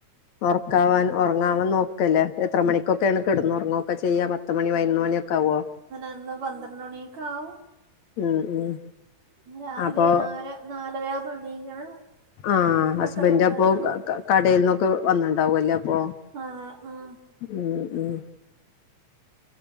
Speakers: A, on the left; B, on the right.
A: ഒറക്കാവാൻ ഒറങ്ങാൻ നോക്കല്ലേ എത്ര മണിക്കൊക്കെണ് കെട്ന്നോറങ്ങൊക്കെ ചെയ്യാ പത്ത് മണി പതിനൊന്ന് മ ണിക്കാവോ
B: ന്ന് പന്ത്രണിയൊക്കെ ആവും
A: ഉം ഉം
B: പിന്നെ രാവിലെ
A: അപ്പൊ
B: നാല് നാലരാവുമ്പൊ എണീക്കണം
A: ആഹ്
B: ഫുഡൊക്കെ
A: ഹസ്ബൻഡ്
B: റെഡിയാക്കണം
A: അപ്പോ കടേന്നൊക്കെ വന്ന്ണ്ടാവുംല്ലേ അ ഓഹ്
B: അതെ ആഹ്
A: ഉം ഉം